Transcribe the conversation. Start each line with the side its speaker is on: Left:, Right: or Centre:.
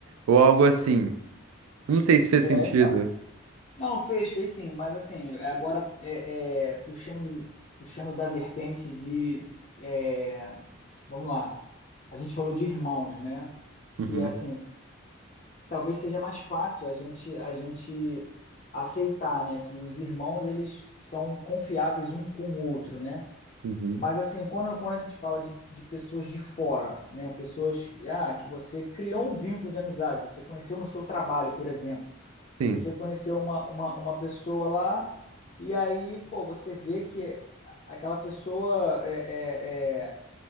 Right: Ou algo assim. Não sei se fez
Left: É,
Right: sentido.
Left: então. Não, fez, fez sim, mas assim, agora é, é, puxando, puxando da vertente de, é, vamos lá. a gente falou de irmãos, né?
Right: Uhum,
Left: Que é assim, talvez seja mais fácil a gente a gente aceitar, né, que os irmãos eles são confiáveis um com o outro, né?
Right: uhum,
Left: Mas assim, quando, quando a gente fala de, de pessoas de fora, né, pessoas que, ah, que você criou um vínculo de amizade, você conheceu no seu trabalho, por exemplo,
Right: sim,
Left: você conheceu uma, uma, uma pessoa lá e aí, pô, você vê que aquela pessoa é é, é,